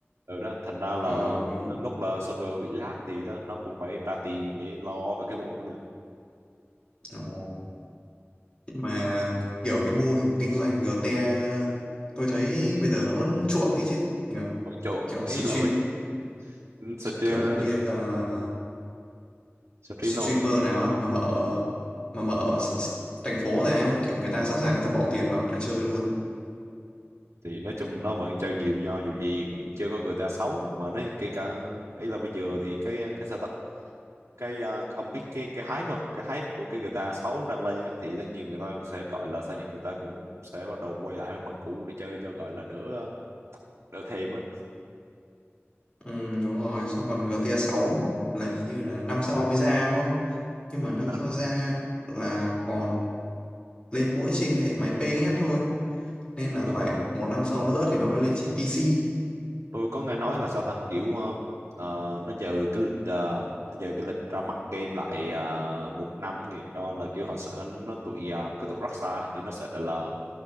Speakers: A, on the right; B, on the left.
A: ừ đó thành ra là
B: Ờ đúng.
A: đến lúc là server bị lag thì đó nó cũng phải trả tiền để lo cả cái vụ đó nữa
B: Ồ. Nhưng mà kiểu cái mô hình kinh doanh GTA tôi thấy bây giờ nó vẫn chuộng ấy chứ. nhờ
A: vẫn chuộng
B: Kiểu
A: ý
B: stream,
A: là phải stream,
B: kiểu như là
A: stream
B: streamer
A: nó vẫn nhiều
B: nào á mà mở mà mở ở s- s- thành phố này á kiểu người ta sẵn sàng người ta bỏ tiền vào người ta chơi luôn
A: thì nói chung nó vẫn chơi nhiều do dù gì cũng chưa có GTA 6 mà nó kể cả ấy là bây giờ thì cái ờ, cái sao ta cái à, ông biết cái cái hype không cái hype của cái GTA 6 đang lên á, thì tất nhiên người ta sẽ gọi là sao nhỉ người ta cũng sẽ bắt đầu quay lại bằng cũ để chơi cho gọi là đỡ ờ, đỡ thèm á
B: ừ, đúng rồi xong còn GTA 6 là hình như là năm sau mới ra đúng không nhưng mà năm
A: nên
B: sau ra là còn lên mỗi trên hệ máy PS thôi nên là
A: tôi
B: phải một năm sau nữa thì nó mới lên trên PC
A: tôi có nghe nói là sao ta kiểu ờ, ờ, nó dời cái lịch ờ, nó dời cái lịch ra mắt game lại ờ, một năm thì cho là kêu họ sợ nó tụi ờ, cái tụi Rockstar hình như nó sợ là